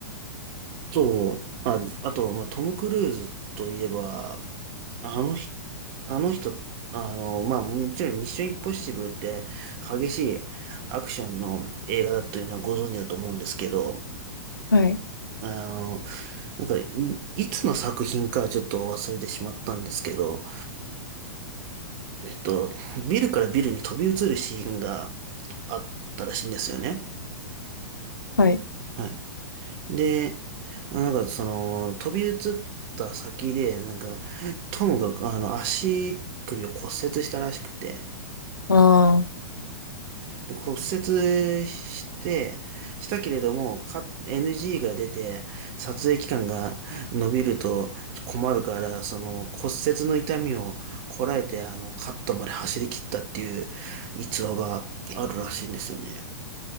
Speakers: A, on the right; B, on the left.
A: と、あ、あと、まあ、トム・クルーズといえば、あのあの人、あの、まあ、もちろんミッションインポッシブルって激しいアクションの映画だというのはご存知だと思うんですけど、
B: はい。
A: あの、なんか、いいつの作品かちょっと忘れてしまったんですけど、えっと、ビルからビルに飛び移るシーンがあったらしいんですよね。
B: はい。
A: はい。で、あなんかその、飛び移った先で、なんか、トムが、あの、足首を骨折したらしくて、
B: ああ。
A: で、骨折して、したけれども、か、NG が出て、撮影期間が伸びると困るから、その骨折の痛みをこらえて、あの、カットまで走り切ったっていう逸話があるらしいんですよね。